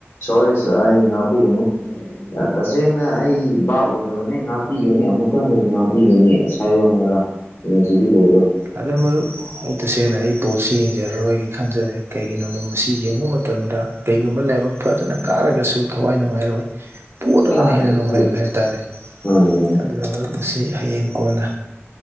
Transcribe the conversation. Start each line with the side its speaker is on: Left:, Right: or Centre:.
Left: ꯁꯣꯔꯤ ꯁ ꯑ ꯏ ꯉꯤꯒꯦꯅꯤ ꯇꯁꯦꯡꯅ ꯑꯩ ꯕꯥꯞ ꯑꯣꯏꯗꯕꯅꯦ ꯉꯥꯛꯄꯤꯒꯅꯤ ꯑꯃꯨꯛꯀ ꯍꯟꯅꯁꯨ ꯉꯥꯛꯄꯤꯒꯅꯤ ꯁꯥꯏꯌꯣꯅꯔꯥ ꯑ ꯆꯒꯤ ꯂꯣꯏꯗꯣ
Right: ꯑꯗ ꯃ ꯑꯩ ꯇꯁꯦꯡꯅ ꯑꯩ ꯕꯣꯜꯁꯤ ꯌꯦꯡꯖꯔꯔꯣꯏꯒ ꯈꯟꯖꯔꯦ ꯀꯩꯒꯤꯅꯣꯗ ꯃꯁꯤ ꯌꯦꯡꯕ ꯃꯇꯝꯗ ꯀꯩꯒꯨꯝꯕ ꯂꯥꯏꯕꯛ ꯐꯗꯅ ꯀꯥꯔꯒꯁꯨ ꯊꯋꯥꯏ ꯅꯨꯡꯉꯥꯏꯔꯣꯏ ꯄꯣꯠꯂꯒꯅ
Left: ꯀꯥꯗ꯭ꯔꯒꯁꯨ
Right: ꯍꯦꯟꯅ ꯅꯨꯡꯉꯥꯏꯕ ꯍꯥꯏꯇꯥꯔꯦ
Left: ꯃꯥꯅꯤ ꯃꯥꯅꯤ
Right: ꯑꯗꯨꯅ ꯃꯁꯤ ꯍꯌꯦꯡ ꯀꯣꯟꯅ